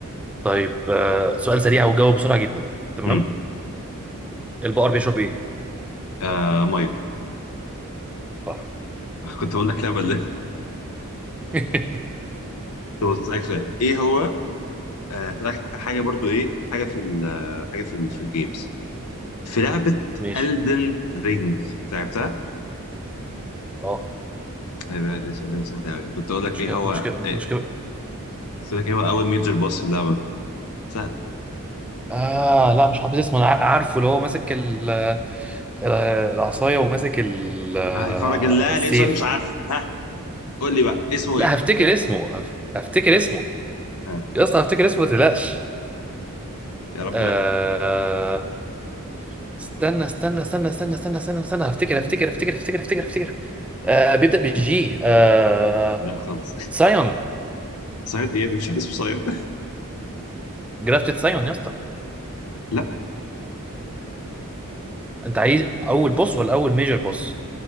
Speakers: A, in the centre; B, on the left.
A: طيب آه سؤال سريع وجاوب بسرعه جدا تمام
B: مم.
A: البقر بيشرب ايه
B: آه ميه
A: صح
B: <laughs> كنت اقول لك لبن <laughs>
A: <laughs>
B: طب بص، هسألك سؤال ايه هو آه، هسألك حاجة برضو ايه حاجة في ال حاجة في ال في الجيمز في لعبة
A: ماشي
B: Elden Ring انت لعبتها؟
A: اه
B: ايه بقى ده السؤال ده بقى سهل قوي كنت اقول لك
A: مشكله
B: ايه هو
A: مشكله
B: إيه؟
A: مشكله
B: كنت اقول لك ايه هو اول ميجر بوس في اللعبة سهل
A: آه لا مش حافظ اسمه أنا ع- عارفه اللي هو ماسك ال- ال- العصاية وماسك ال- آه،
B: اه فرج الله
A: السيف
B: لقيت سؤال مش عارفه ها قول لي بقى اسمه
A: لا
B: ايه؟
A: هفتكر اسمه هف- هفتكر اسمه
B: ها
A: يا اسطى هفتكر اسمه ما تقلقش
B: يا رب
A: آه
B: لا
A: استنى استنى استنى استنى استنى استنى استنى هفتكر هفتكر هفتكر هفتكر هفتكر هفتكر آه بيبدأ بالجي آه
B: لا خالص
A: سايون
B: <laughs> صياد ايه دي مفيش حد اسمه صياد
A: جرافتد سايون يا اسطى
B: <laughs> لا
A: انت عايز اول بوس ولا اول ميجر بوس